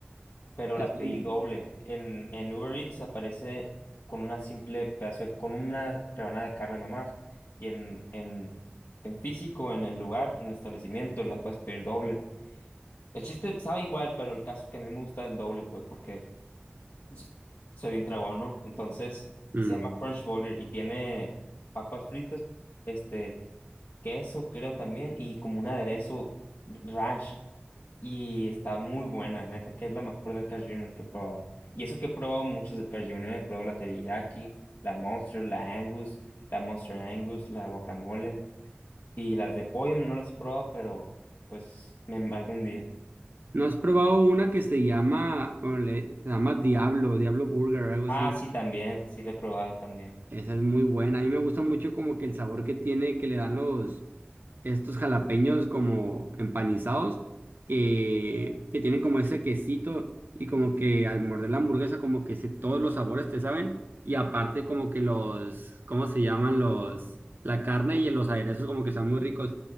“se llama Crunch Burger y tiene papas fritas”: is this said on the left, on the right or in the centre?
Left